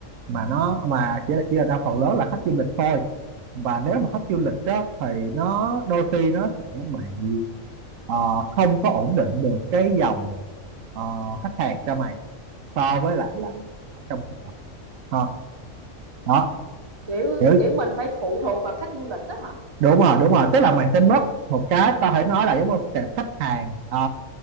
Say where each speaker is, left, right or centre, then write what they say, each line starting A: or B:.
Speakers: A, on the right; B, on the right.
A: mà nó mà chỉ là chỉ là đa phần lớn là khách du lịch thôi và nếu mà khách du lịch đó thì nó đôi khi nó sẽ bị ờ, không có ổn định được cái dòng ờ, khách hàng cho mày so với lại là ở trong Ờ, đó,
B: kiểu
A: hiểu
B: kiểu mình phải phụ thuộc vào khách du lịch đó hả
A: đúng rồi, đúng rồi, tức là mình sẽ mất một cái có thể nói là giống như tệp khách hàng ờ,